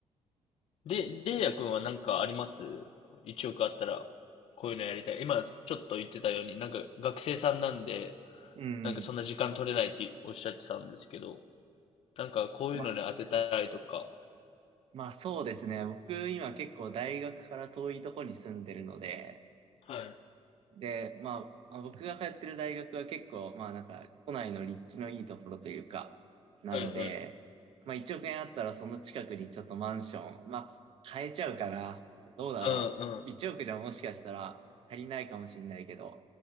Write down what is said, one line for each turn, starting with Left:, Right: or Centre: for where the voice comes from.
Left: で、レイヤ君は何かあります ?1 億あったら、こういうのやりたい。今、ちょっと言ってたように、なんか学生さんなんで、
Right: うん。
Left: なんかそんな時間取れないっておっしゃってたんですけど、なんかこういうのに当てたいとか。
Right: ま、まあそうですね。僕今結構大学から遠いとこに住んでるので、
Left: はい、
Right: で、まあまあ僕が通ってる大学は結構まあなんか都内の立地のいいところというか、なので、
Left: はい、はい。
Right: まあ1億円あったらその近くにちょっとマンション、まあ買えちゃうかな。どうだろう。
Left: うんうん。
Right: 1億じゃもしかしたら足りないかもしれないけど、